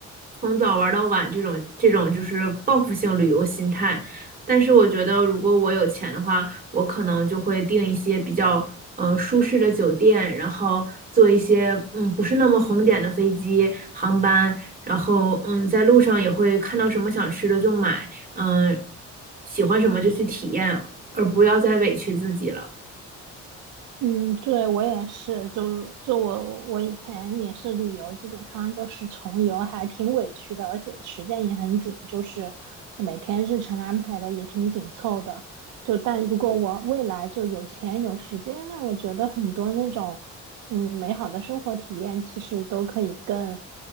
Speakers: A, on the right; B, on the right.
A: 从早玩到晚，这种这种就是报复性旅游心态。但是我觉得，如果我有钱的话，我可能就会订一些比较嗯，舒适的酒店，然后坐一些嗯不是那么红点的飞机航班，然后嗯，在路上也会看到什么想吃的就买，嗯，喜欢什么就去体验，而不要再委屈自己了。
B: 嗯，对，我也是，就就我我以前也是旅游，基本上就是穷游，还挺委屈的，而且时间也很紧，就是每天日程安排的也挺紧凑的。就但如果我未来就有钱有时间，那我觉得很多那种嗯美好的生活体验，其实都可以更